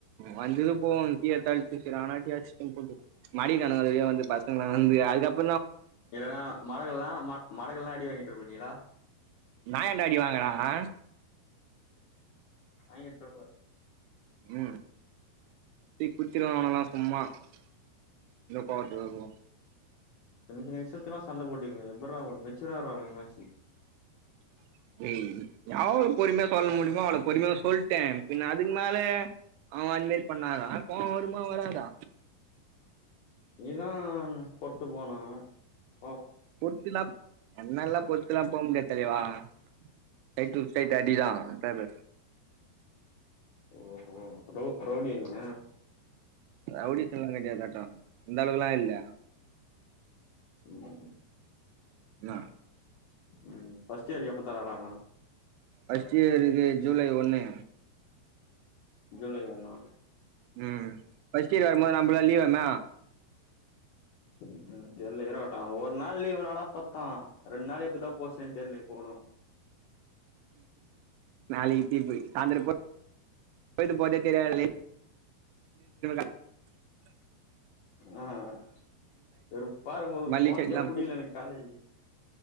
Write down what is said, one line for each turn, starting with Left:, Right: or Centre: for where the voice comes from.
Right: வந்தது போவோ இப்பயே <unintelligible> சேரி அனாதையா அடிச்சிடீங்க <unintelligible> மாத்திக்கிட்டானுங்க அது வழியா வந்து பசங்கள வந்து அதுக்கப்
Left: இல்லன்னா மடக்கலனா மடக்கலனா அடி வாங்கிட்டு இருப்ப நீயெல்லா
Right: நா ஏன்ட அடி வாங்கற ஆ
Left: வாங்கிட் <unintelligible>
Right: ம் <unintelligible> அவனுங்கெல்லா சும்மா <unintelligible>
Left: சின்ன சின்ன விஷயத்துக்கெல்லா சண்ட போட்டீங்க எப்புட்றா மெச்சூரா இருடா கொஞ்சமாச்சு
Right: <unintelligible> எவ்ளோ பொறுமையா சொல்ல முடியுமோ அவ்ளோ பொறுமையா சொல்ட்டே பின்ன அதுக்கு மேல அவன் அந் மாரி பண்ணாதா கோவ வருமா வராதா
Left: நீதா பொறுத்துப் போனா ஆ
Right: பொறுத்தெல்லா என்னாலலா பொறுத்தெல்லா போ முடியாது வா <unintelligible> ஸ்ட்ரைட்டா அடிதா <unintelligible>
Left: ஓஹோ ரவ் ரவுடியா நீங்க
Right: ரவுடி <unintelligible> அந்தளவுக்கெல்லா இல்ல
Left: ம்
Right: நா
Left: ம் ஃபர்ஸ்ட் <unintelligible> எப்ப தரலாங்க
Right: ஃபர்ஸ்ட் இயர்க்கு ஜூலை ஒன்னு
Left: ஜூலை ஒன்னா
Right: உம் ஃபர்ஸ்ட் இயர் வரும்போது நம்பளாம் லீவு என்ன
Left: உம் தெரியல இருக்கட்டோ ஒர் நாள் லீவு என்னடா பத்தும் ரெண்டு நாள் எப்டிதா போச்சுன்னே தெர்ல இப்பகோடோ
Right: நாளைக்கு தீர்ப்பு சாயந்திரப்போ போயிட்டு போது <unintelligible>
Left: ஆஹ் ஒரு வெருப்பாருக்கு
Right: மல்லி
Left: போறத்திக்கே
Right: செடிலா
Left: புடிகில எனக்கு காலேஜி